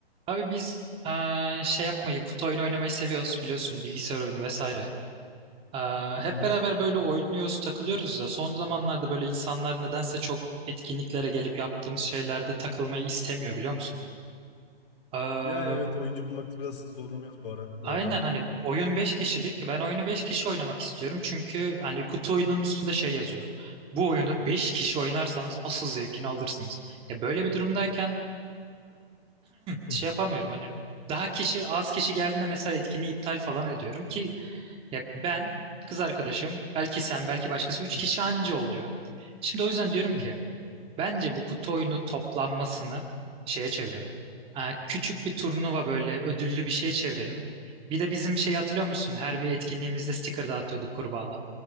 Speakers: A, on the right; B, on the left.
A: Abi biz eee, şey yapmayı, kutu oyunu oynamayı seviyoruz biliyorsun bilgisayar oyunu vesaire. Eee,
B: Hı
A: hep
B: hı.
A: beraber böyle oynuyoruz, takılıyoruz da son zamanlarda böyle insanlar nedense çok etkinliklere gelip yaptığımız şeylerde takılmayı istemiyor biliyor musun? Eee,
B: Yani evet oyuncu bulmakta biraz zorlanıyoruz bu ara. Doğru
A: aynen
B: diyorsun.
A: hani oyun 5 kişilik, ben oyunu 5 kişi oynamak istiyorum çünkü hani kutu oyunun üstünde şey yazıyor. Bu oyunu 5 kişi oynarsanız asıl zevkini alırsınız. Ya böyle bir durumdayken
B: Hı,
A: şey yapamıyorum hani daha kişi az kişi geldiğinde mesela etkinliği iptal falan ediyorum ki ya ben kız arkadaşım belki sen belki başkası üç
B: hı,
A: kişi anca oluyor. Şimdi o yüzden diyorum
B: hı.
A: ki bence bu kutu oyunu toplanmasını şeye çevirelim. Ee, küçük bir turnuva böyle ödüllü bir şeye çevirelim. Bir de bizim şey hatırlıyor musun? Her bir etkinliğimizde sticker dağıtıyorduk kurbağalı.